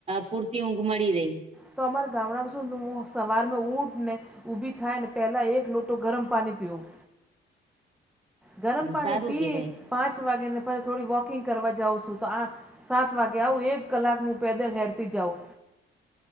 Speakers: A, on the right; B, in the centre.
A: પૂરતી ઊંઘ મળી રહી
B: તો અમારા ગામડામાં શું હું સવાર મે ઊઠ ને ઊભી થાય ને પહેલા એક લોટો ગરમ પાણી પીઓ ગરમ
A: હમ,
B: પાણી
A: સારું
B: પી
A: કેવાય
B: પાંચ વાગે ને પછી થોડી વોકિંગ કરવા જાઉં છું તો આ સાત વાગે આવું એક કલાક હું પેદલ હેરતી જાઉં